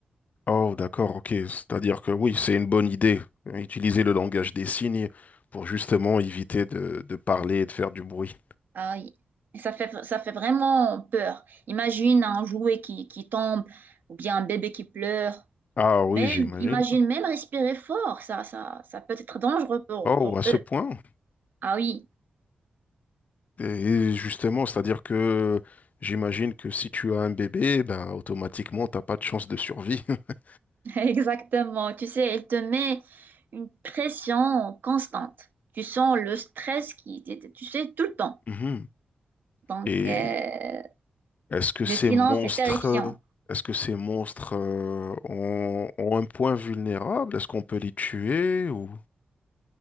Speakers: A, on the left; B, on the right.
A: Oh, d'accord, ok. C'est-à-dire que oui, c'est une bonne idée, euh, utiliser le langage des signes pour justement éviter de, de parler et de faire du bruit.
B: Ah oui. Ça fait, ça fait vraiment peur. Imagine un jouet qui, qui tombe ou bien un bébé qui pleure.
A: Ah oui,
B: Même,
A: j'imagine.
B: imagine même respirer fort. Ça, ça, ça peut être dangereux pour,
A: Oh,
B: pour
A: à ce
B: eux.
A: point.
B: Ah oui,
A: Et justement, c'est-à-dire que j'imagine que si tu as un bébé, ben automatiquement, t'as pas de chance de survie. <laughs>
B: <laughs> exactement. Tu sais, elle te met une pression constante. Tu sens le stress qui, tu tu sais, tout le temps.
A: Mhm.
B: Donc,
A: Et
B: euh,
A: est-ce que ces
B: le silence
A: monstres,
B: est terrifiant.
A: est-ce que ces monstres euh, ont, ont un point vulnérable? Est-ce qu'on peut les tuer ou...